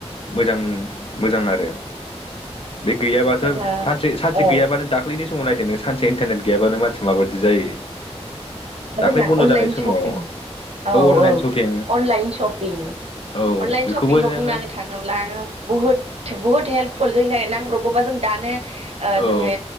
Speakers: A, on the left (about 55°); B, on the right (about 65°).
A: मोजां मोजां आरो बे गैयाबाथ'
B: जोंहा
A: सानसे सानसे
B: औ
A: गैयाबानो दाख्लैनि समाव नायदो नों सानसे इन्टारनेट गैयाबानो मानसिया माबायदि जायो।
B: दा
A: दाख्लै
B: जोंहा
A: बन्द'
B: अनलाइन
A: जानाय
B: शपिं
A: समाव
B: औ
A: अनलाइन
B: औ
A: शपिं
B: अनलाइन शपिं
A: औ
B: अनलाइन
A: बेखौबो
B: शपिंखौ
A: नोङो
B: बुंनांनो थाङोब्ला बहुद बहुद हे हेल्पफु जोंनि थाखाय नांब्रगौबा जों दानो ओ
A: औ
B: जोङो